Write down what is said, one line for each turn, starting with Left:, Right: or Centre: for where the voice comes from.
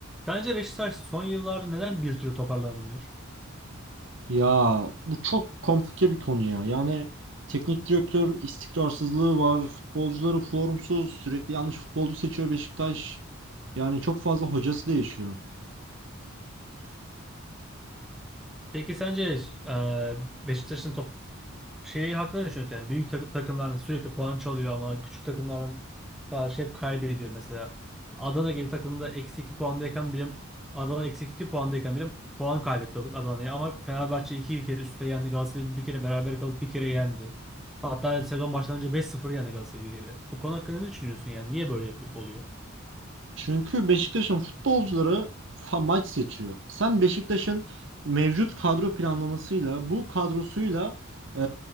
Centre: Sence Beşiktaş son yıllarda neden bir türlü toparlanamıyor?
Right: Ya bu çok komplike bir konu ya. Yani teknik direktör istikrarsızlığı var. Futbolcuları formsuz. Sürekli yanlış futbolcu seçiyor Beşiktaş. Yani çok fazla hocası değişiyor.
Centre: Peki sence e, Beşiktaş'ın top şeyi hakkında ne düşünüyorsun? Yani büyük takı- takımların sürekli puan çalıyor ama küçük takımların karşı hep kaybediyor. Mesela Adana gibi takımda eksi 2 puandayken bile Adana eksi 2 puandayken bile puan kaybetti Adana'ya ama Fenerbahçe iki kere üstte yendi. Galatasaray'ı bir kere beraber kalıp bir kere yendi. Hatta sezon başlanınca beş sıfır yendi Galatasaray'ı bir kere. Bu konu hakkında ne düşünüyorsun yani? Niye böyle yapıyor- oluyor?
Right: Çünkü Beşiktaş'ın futbolcuları fa maç seçiyor. Sen Beşiktaş'ın mevcut kadro planlamasıyla, bu kadrosuyla e,